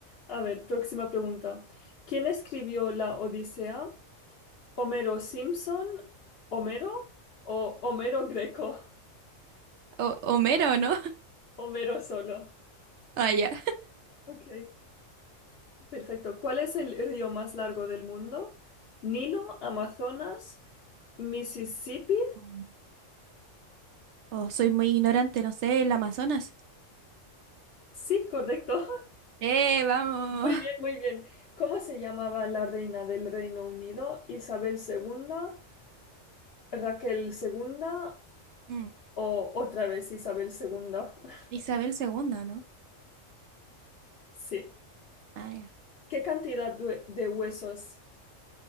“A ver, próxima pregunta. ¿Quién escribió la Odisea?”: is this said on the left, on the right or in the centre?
Left